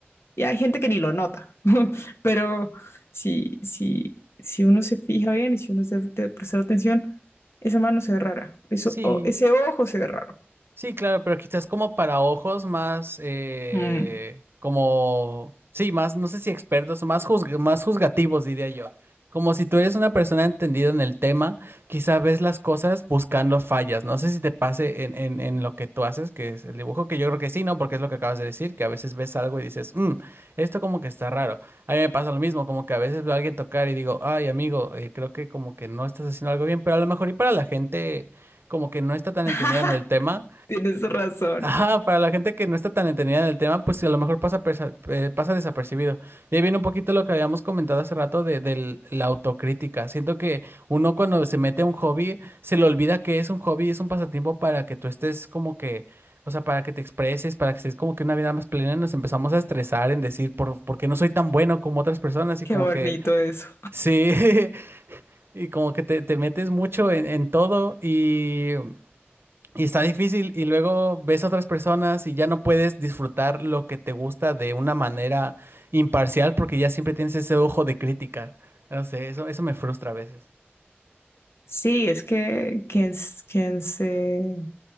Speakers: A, on the left (about 80°); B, on the right (about 65°).
A: y hay gente que ni lo nota, <laughs> pero si, si, si uno se fija bien y si uno se de prestar atención, esa mano se ve rara, eso,
B: Sí,
A: o- ese ojo se ve raro.
B: Sí, claro, pero quizás como para ojos más, eh,
A: Mm.
B: como, sí, más, no sé si expertos o más, juzg- más juzgativos, diría yo. Como si tú eres una persona entendida en el tema, quizás ves las cosas buscando fallas. No sé si te pase en, en, en lo que tú haces, que es el dibujo, que yo creo que sí, ¿no? Porque es lo que acabas de decir, que a veces ves algo y dices, "Mm, esto como que está raro. A mí me pasa lo mismo, como que a veces veo a alguien tocar y digo, ay, amigo, eh, creo que como que no estás haciendo algo bien, pero a lo mejor y para la gente como que no está tan
A: <laughs>
B: entendida en el tema
A: Tienes razón,
B: Ajá, para la gente que no está tan entendida en el tema, pues a lo mejor pasa, persa- eh, pasa desapercibido. Y ahí viene un poquito lo que habíamos comentado hace rato de, del- la autocrítica. Siento que uno cuando se mete a un hobby, se le olvida que es un hobby y es un pasatiempo para que tú estés como que, o sea, para que te expreses, para que estés como que una vida más plena. y Nos empezamos a estresar en decir, por, ¿por qué no soy tan bueno como otras personas? Y
A: qué
B: como
A: bonito
B: que,
A: eso.
B: sí, <laughs> y como que te, te metes mucho en, en todo y y está difícil y luego ves a otras personas y ya no puedes disfrutar lo que te gusta de una manera imparcial porque ya siempre tienes ese ojo de crítica. No sé, eso, eso me frustra a veces.
A: Sí, es que quien, s- quien se